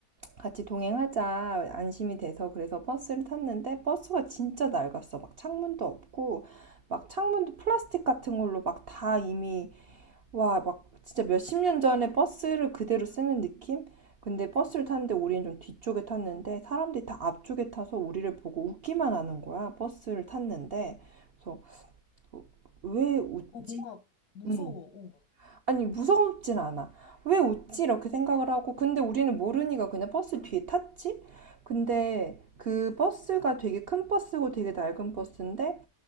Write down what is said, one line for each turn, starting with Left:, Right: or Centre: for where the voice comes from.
Right: 같이 동행하자 안심이 돼서 그래서 버스를 탔는데 버스가 진짜 낡았어. 막 창문도 없고 막 창문도 플라스틱 같은 걸로 막 다 이미 와 막 진짜 몇십 년 전에 버스를 그대로 쓰는 느낌? 근데 버스를 탔는데 우리는 좀 뒤쪽에 탔는데 사람들이 다 앞쪽에 타서 우리를 보고 웃기만 하는 거야. 버스를 탔는데 그래서 어, 왜 웃지?
Left: 뭔가 무서워,
Right: 응.
Left: 어.
Right: 아니 무섭진 않아. 왜 웃지? 이렇게 생각을 하고 근데 우리는 모르니까 그냥 버스 뒤에 탔지? 근데 그 버스가 되게 큰 버스고 되게 낡은 버스인데